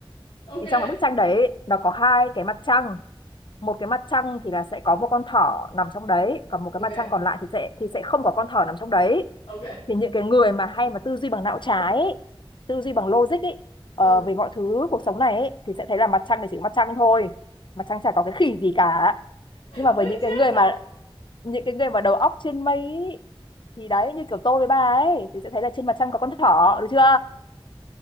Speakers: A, on the left; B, on the left.
A: ok,
B: thì trong cái bức tranh đấy nó có hai cái mặt trăng một cái mặt trăng thì là sẽ có một con thỏ nằm trong đấy còn một cái
A: ok,
B: mặt trăng còn lại thì sẽ thì sẽ không có con thỏ nằm trong đấy
A: ok.
B: thì những cái người mà hay mà tư duy bằng não trái ấy, tư duy bằng logic ấy ờ,
A: Ừ.
B: về mọi thứ cuộc sống này ấy, thì sẽ thấy là mặt trăng thì chỉ có mặt trăng thôi mặt trăng chả có cái khỉ gì cả nhưng mà
A: Ôi
B: với những
A: chết
B: cái người
A: rồi.
B: mà những cái người mà đầu óc trên mây ấy, thì đấy như kiểu tôi với bà ấy thì sẽ thấy là trên mặt trăng có con thỏ được chưa